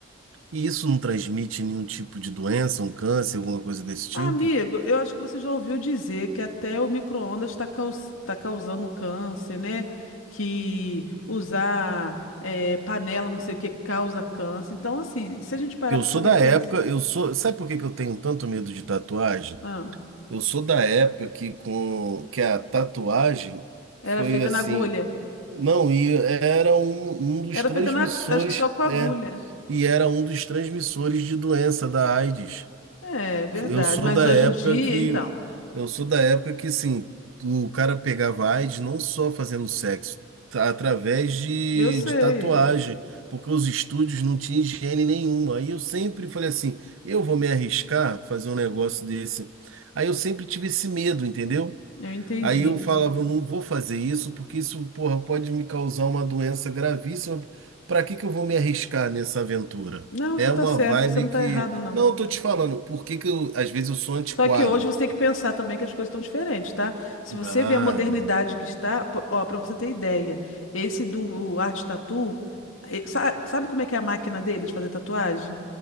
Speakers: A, on the right (about 70°); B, on the left (about 75°).
A: E isso não transmite nenhum tipo de doença, um câncer, alguma coisa desse tipo?
B: Amigo, eu acho que você já ouviu dizer que até o micro-ondas está causando câncer, né? Que usar eh, panela, não sei o que, causa câncer. Então, assim, se a gente parar
A: Eu
B: para
A: sou
B: poder
A: da
B: pensar.
A: época, eu sou, sabe por que que eu tenho tanto medo de tatuagem?
B: Ah,
A: Eu sou da época que com que a tatuagem
B: era
A: foi
B: feita
A: assim
B: na agulha.
A: Não, e era um, um dos
B: Era
A: transmissores,
B: feita na. Acho que só com
A: né?
B: agulha.
A: E era um dos transmissores de doença da AIDS.
B: É, verdade.
A: Eu sou
B: Mas
A: da
B: hoje
A: época
B: em dia,
A: que
B: então.
A: eu sou da época que sim, o cara pegava AIDS não só fazendo sexo, tá, através de,
B: Eu sei.
A: de tatuagem, porque os estúdios não tinham higiene nenhuma. Aí eu sempre falei assim, eu vou me arriscar fazer um negócio desse. Aí eu sempre tive esse medo, entendeu?
B: Eu entendi.
A: Aí eu falava, eu não vou fazer isso, porque isso, porra, pode me causar uma doença gravíssima. Pra que que eu vou me arriscar nessa aventura?
B: Não,
A: É
B: você tá
A: uma
B: certo,
A: vibe
B: você não tá
A: que.
B: errado, não.
A: Não, eu tô te falando, por que que eu, às vezes eu sou antiquadro.
B: Só que hoje você tem que pensar também que as coisas estão diferentes, tá? Se você
A: Ah,
B: vê a modernidade que está, pô, ó, para você ter ideia, esse do Art Tattoo, eh, sa- sabe como é que é a máquina dele de fazer tatuagem?